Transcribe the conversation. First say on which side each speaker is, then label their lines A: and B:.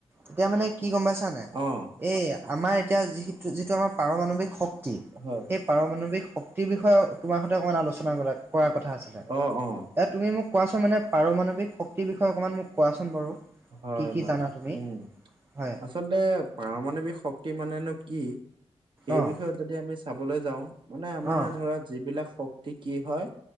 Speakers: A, on the right; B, on the right.
A: এতিয়া মানে কি গম পাইছানে
B: অ
A: এই আমাৰ এতিয়া যি যিটো আমাৰ। পাৰমাণৱিক শক্তি।
B: হয়
A: সেই পাৰমাৱিক শক্তিৰ বিষয়ে তোমাৰ সৈতে অকমান আলোচনা কৰাৰ কথা আছিলে। এ
B: অ অ
A: তুমি মোক কোৱাচোন মানে পাৰমাণৱিক শক্তিৰ বিষয়ে অকণমান মোক কোৱাচোন বাৰু
B: হয়
A: কি কি
B: হয়
A: জানা তুমি
B: উম
A: হয়
B: আচলতে পাৰমাণৱিক শক্তি মানেনো কি সেই
A: অঁ
B: বিষয়ে যদি আমি চাবলৈ যাও মানে আমাৰ
A: অঁ
B: ধৰা যিবিলাক শক্তি কি হয়